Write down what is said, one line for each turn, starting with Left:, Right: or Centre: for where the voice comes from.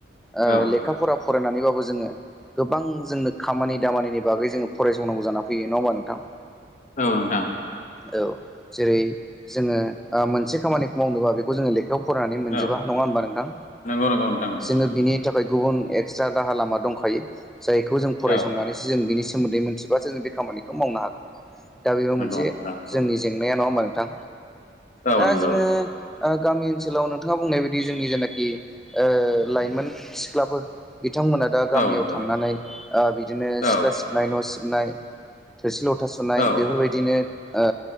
Centre: ओ
Left: औ
Centre: लेखा फरा फरायनानैबाबो जोङो गोबां जोंनो खामानि दामानिनि बागै जोङो फरायसंनांगौ जानानै फैयो नङा होमबा नोंथां?
Left: औ नोंथां।
Centre: औ जेरै जोङो ओ मोनसे खामानिखौ मावनोबा बेखौ जोङो लेखा बेयाव फरायनानै मोनजोबा
Left: औ
Centre: नङा होनोमबा नोंथां
Left: नंगौ नंगौ नोंथां नंगौ
Centre: जोङो बिनि थाखाय गुबुन एक्सट्रा राहा लामा दंखायो जायखौ जों फरायसंनानैसो
Left: औ
Centre: जों सोमोन्दै मिथिबासो जों बे खामानिखौ मावनो हागोन दा बेबो
Left: नंगौ
Centre: मोनसे
Left: नोंथां नंगौ
Centre: जोंनि जेंनाया नङा होमबा? नोंथां
Left: औ
Centre: दा
Left: नंगौ
Centre: जोङो ओ गामि ओनसोलाव नोंथाङा बुंनाय बायदि जोंनि जेनाखि ओ लाइमोन सिख्लाफोर बिथांमोना दा गामियाव
Left: औ नंगौ
Centre: थांनानै ओ बिदिनो
Left: औ
Centre: सिथ्ला सिबनाय न' सिबनाय थोरसि लथा सुनाय
Left: औ
Centre: बेफोरबायदिनो ओ